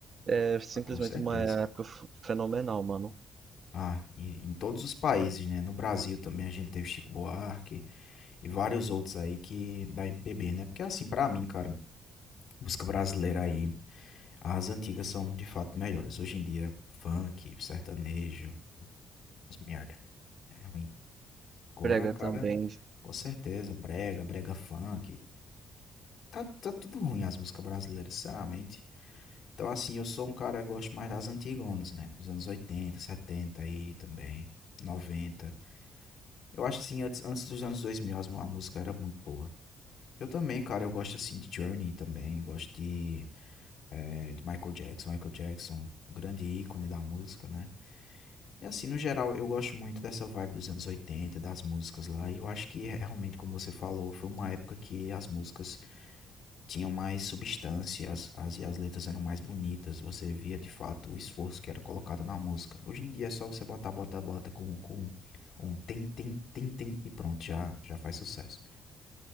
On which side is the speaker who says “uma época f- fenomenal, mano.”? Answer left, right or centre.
Right